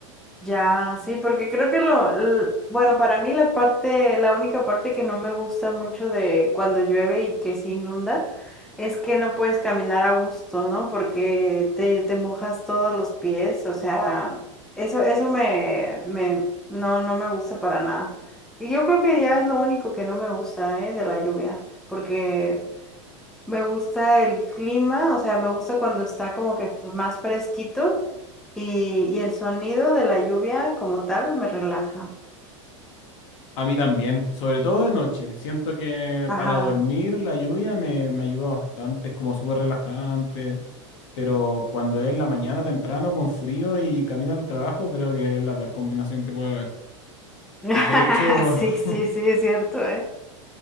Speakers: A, in the centre; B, on the left.
A: Ya, sí, porque creo que lo, l- bueno, para mí la parte, la única parte que no me gusta mucho de cuando llueve y que se inunda es que no puedes caminar a gusto, ¿no? Porque te, te mojas todos los pies, o sea, eso, eso me, me, no, no me gusta para nada. Y yo creo que ya es lo único que no me gusta, ¿eh? De la lluvia, porque me gusta el clima, o sea, me gusta cuando está como que f- más fresquito y, y el sonido de la lluvia como tal me relaja.
B: A mí también, sobre todo de noche. Siento que
A: Ajá.
B: para dormir la lluvia me, me ayuda bastante, es como súper relajante. Pero cuando es en la mañana temprano con frío y camino al trabajo, creo que es la peor combinación que puede haber.
A: <laughs>
B: De hecho,
A: Sí,
B: <laughs>
A: sí, sí, es cierto, ¿eh?